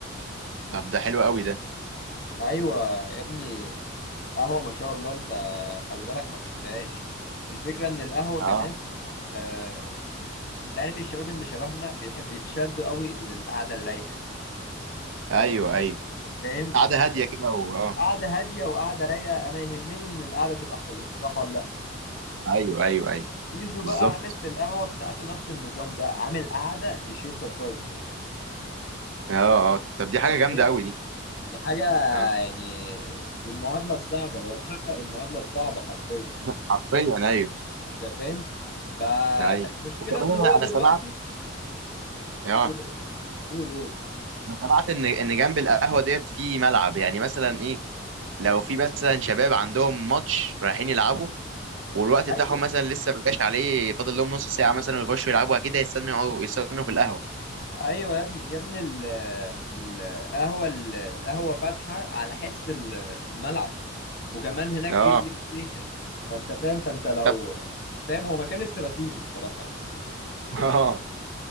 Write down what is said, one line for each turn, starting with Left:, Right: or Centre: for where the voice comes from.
Right: طب ده حلو قوي ده
Left: ايوه يا ابني قهوة ما شاء الله انت خلي بالك ما شفتهاش الفكرة ان القهوة
Right: اه
Left: كمان آه، انت عارف الشباب اللي شبهنا بيحب يتشدوا قوي للقعدة الرايقة
Right: ايوه ايوه
Left: فاهم
Right: قعدة هادية كده و... اه
Left: قعدة هادية وقعدة رايقة أنا يهمني إن القعدة تبقى حلوة صح ولا لأ
Right: ايوه ايوه ايوه
Left: زيزو
Right: بالظبط
Left: بقى عامل في القهوة بتاعته نفس النظام ده عامل قعدة تشدك تقعد هناك
Right: اه اه طب دي حاجة
Left: أنت
Right: جامدة
Left: فاهم
Right: قوي دي
Left: دي حاجة
Right: اه
Left: يعني دي المعادلة الصعبة هو محقق المعادلة الصعبة حرفيا
Right: <laughs> حرفيا ايوه
Left: أنت فاهم فالمشكلة
Right: ايوه وكمان
Left: إن هو
Right: انا
Left: دلوقتي
Right: أنا سمعت اه
Left: بتقول إيه قول قول
Right: انا سمعت ان ان جنب القهوة ديت في ملعب يعني مثلا ايه لو في مثلا شباب عندهم ماتش رايحين يلعبوا والوقت
Left: أيوه
Right: بتاعهم مثلا لسه ما جاش عليه فاضل لهم نص ساعه مثلا ويخشوا يلعبوا اكيد هيستنوا يقعدوا يستنوا في القهوه
Left: ايوه يا ابني يا ابني ال- ال- القهوه ال- القهوه فاتحه على حس الملعب وكمان هناك
Right: اه
Left: في بلاي ستيشن فانت فاهم فانت لو
Right: طب
Left: فاهم هو مكان استراتيجي بصراحه يعني
Right: <laughs> اه